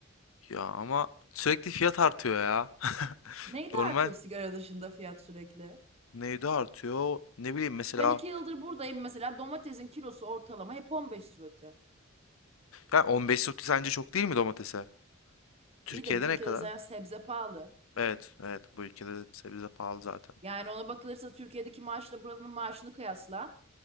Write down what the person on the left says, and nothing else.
Ya ama sürekli fiyat artıyor ya. <laughs>
Normal
neydi artıyor? Ne bileyim mesela
yani 15 zloty sence çok değil mi domatese? Türkiye'de
ne
kadar?
Evet, evet bu ülkede de sebze pahalı zaten.